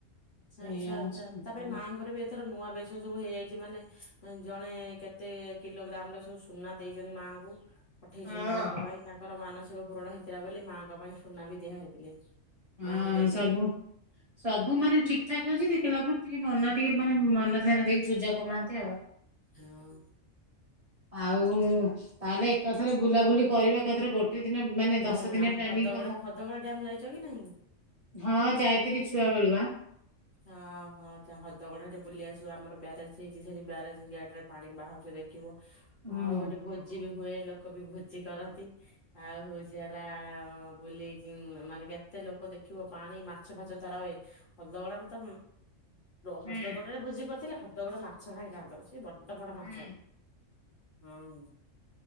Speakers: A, on the right (about 45°); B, on the left (about 50°).
A: ସେଇଆ
B: ଆଚ୍ଛା
A: ହଉଛି
B: ଆଚ୍ଛା
A: କଥା।
B: ତାପରେ ମାଆଙ୍କର ବି ଏଥର ନୂଆ ବେଶ ସବୁ ହେଇଯାଇଛି ମାନେ ଜଣେ କେତେ କିଲୋଗ୍ରାମରେ ସବୁ ସୁନା ଦେଇଛନ୍ତି ମାଙ୍କୁ। ପଠେଇଛନ୍ତି
A: ହଁ
B: ତାଙ୍କ ପାଇଁ ତାଙ୍କର ମାନସିକ ପୂରଣ ହେଇଥିଲା ବୋଲି ମାଆଙ୍କ ପାଇଁ ସୁନା ବି ଦିଆ ହେଇଥିଲେ।
A: ହଁ
B: ମାଙ୍କୁ ଦେଇ
A: ସବୁ ସବୁ ମାନେ ଠିକ ଠାକ ହଉଛି ଦେଖିଲା ବେଳକୁୁ ଟିକେ ନନା ଟିକେ ମାନେ ମନ ଧ୍ୟାନ ଦେଇକି ପୂଜା କରୁନାହାନ୍ତି ଆଉ।
B: ହଁ।
A: ଆଉ ତାହେଲେ ଏକାଥରେ ବୁଲାବୁଲି କରିବା ଏକାଥରେ ଗୋଟେ ଦିନ ମାନେ
B: ହୁଁ
A: ଦଶ ଦିନ
B: ଆମ
A: ପ୍ଲାନି
B: ହଦଗଡ
A: କରିଦବା
B: ହଦଗଡ ଡ୍ୟାମ ଯାଇଛ କି ନାହିଁ?
A: ହଁ ଯାଇଥିଲି ଛୁଆ ବେଳୁବା। ନା।
B: ହଁହୋ ତା ହଦଗଡ ସେଠି ବୁଲି ଆସିବ ଆମର ବ୍ୟାରେଜ ହେଇଛି ସେଠି ବ୍ୟାରେଜ ସେଠି ରେ ପାଣି ବାହାରୁଛି ଦେଖିବ।
A: ହୁଁ।
B: ଆଉ ଏଠି ଭୋଜି ବି ହୁଏ ଲୋକ ବି ଭୋଜି କରନ୍ତି ଆଉ ହଉଛି ହେଲା ବୁଲି ମାନେ କେତେ ଲୋକ ଦେଖିବ ପାଣି ମାଛ ଫାଛ ଧରା ହୁଏ ହଦଗଡ଼ ମ ତା
A: ହୁଁ
B: ହଦଗଡ ରେ ଭୋଜି କରିଥିଲେ ହଦଗଡ ମାଛ ଖାଇଥାନ୍ତ କଷିକି ବଡ କେତେ ବଡ ମାଛ।
A: ହୁଁ
B: ହଁ